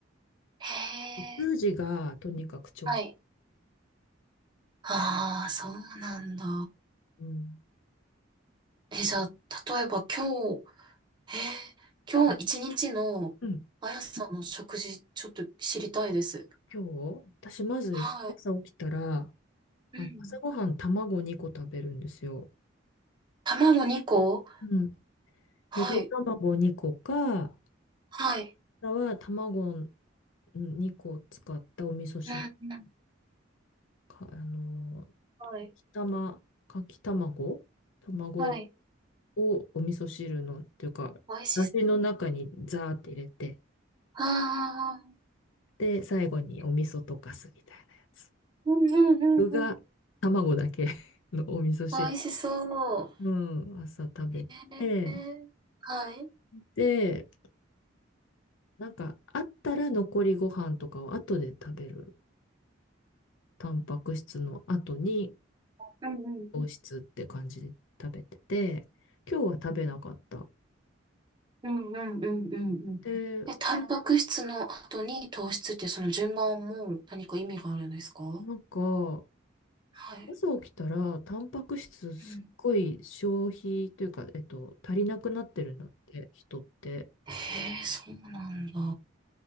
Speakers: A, on the right; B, on the left.
A: へえ。
B: 通じがとにかく調子。
A: はい。ああ、そうなんだ。
B: うん。
A: え、じゃあ、例えば今日、えー、今日一日のあやさんの食事、
B: うん。
A: ちょっと知りたいです。
B: 今日、私まず朝起きたら、
A: はい。うん。
B: あ朝ごはん卵2個食べるんですよ。
A: 卵2個
B: うん。
A: はい。
B: ゆで卵2個か、あ
A: はい。
B: とは卵2個使ったお味噌汁
A: うんうん。
B: か、あの、か
A: はい。
B: きたま、かき卵卵
A: はい。
B: をお味噌汁の、というか、
A: 美味しそう。
B: だしの中にザーって入れて。
A: ああ。
B: で、最後にお味噌溶かすみたいなやつ。
A: うんうんうんうん。
B: 具が卵だけ <laughs> のお味噌汁。
A: 美味しそう。
B: うん、朝食べて、
A: へえ。はい。
B: で、なんかあったら残りご飯とかを後で食べる。タンパク質の後に
A: うん
B: 糖質って感じで食べてて、今日は食べなかった。
A: うんうんうんうんうんうん。
B: で、
A: え、タンパク質の後に糖質っていうその順番はもう何か意味があるんですか
B: なんか、
A: はい。
B: 朝起きたら、タンパク質すっごい消費というか、
A: うん
B: えっと、足りなくなってるんだって、人って。
A: へえ、そうなんだ。